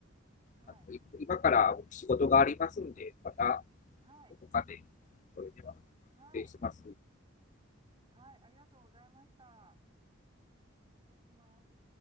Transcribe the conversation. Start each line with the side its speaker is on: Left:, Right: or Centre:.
Right: はい。
Left: あの、い今から僕仕事がありますんで、また、
Right: はい。
Left: どこかで、それでは、
Right: はい。
Left: 失礼します。
Right: はい。ありがとうございました。失礼します。